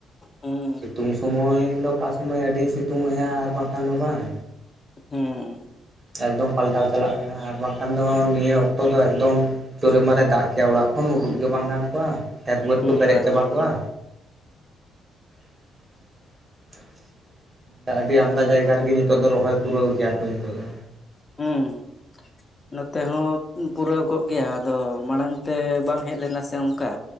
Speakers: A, on the left; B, on the right.
A: ᱦᱩᱸ
B: ᱥᱤᱛᱩᱝ ᱥᱩᱢᱚᱭ ᱫᱚ ᱠᱟ ᱥᱩᱢᱚᱭ ᱟᱹᱰᱤᱭ ᱥᱤᱛᱩᱝ ᱮᱼᱟ ᱟᱨ ᱵᱟᱝ ᱠᱷᱟᱱ ᱫᱚ ᱵᱟᱝ᱾
A: ᱦᱩᱸ
B: ᱦᱮᱸ ᱮᱠᱫᱚᱢ ᱯᱟᱞᱴᱟᱣ ᱪᱟᱞᱟᱜ ᱠᱟᱱᱟ ᱟᱨ ᱵᱟᱝ ᱠᱷᱟᱱ ᱫᱚ ᱱᱤᱭᱟᱹ ᱚᱠᱛᱚ ᱫᱚ ᱮᱠᱫᱚᱢ ᱪᱳᱨᱮ ᱢᱟᱨᱮ ᱫᱟᱜ ᱠᱮᱼᱟ ᱚᱲᱟᱜ ᱠᱷᱚᱱ ᱩᱰᱩᱠ ᱜᱮ ᱵᱟᱝ ᱜᱟᱱ ᱠᱚᱼᱟ, ᱠᱷᱮᱛ ᱵᱟᱹᱫᱽ
A: ᱦᱩᱸ
B: ᱠᱚ ᱯᱮᱨᱮᱡ
A: ᱵᱟᱝ
B: ᱪᱟᱵᱟ
A: ᱦᱚᱸ
B: ᱠᱚᱜᱼᱟ᱾ <inaudible> ᱟᱹᱰᱤ ᱟᱢᱫᱟ ᱡᱟᱭᱜᱟ ᱨᱮᱜᱮ ᱱᱤᱛᱚᱜ ᱫᱚ ᱨᱚᱦᱚᱭ ᱯᱩᱨᱟᱹᱣ ᱠᱮᱭᱟ ᱠᱚ ᱱᱤᱛᱚᱜ ᱫᱚ᱾
A: ᱦᱩᱸ᱾ ᱱᱚᱛᱮ ᱦᱚᱸ ᱩᱸ-ᱯᱩᱨᱟᱹᱣ ᱠᱚᱜ ᱜᱮᱭᱟ ᱟᱫᱚ ᱢᱟᱲᱟᱝ ᱛᱮ ᱵᱟᱝ ᱦᱮᱡ ᱞᱮᱱᱟ ᱥᱮ ᱚᱝᱠᱟ᱾